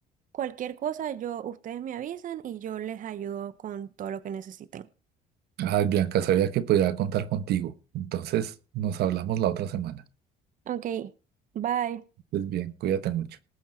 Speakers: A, on the right; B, on the right.
A: cualquier cosa yo ustedes me avisan y yo les ayudo con todo lo que necesiten.
B: Ay, Bianca, sabía que podía contar contigo. Entonces nos hablamos la otra semana.
A: Ok, bye.
B: Pues bien, cuídate mucho.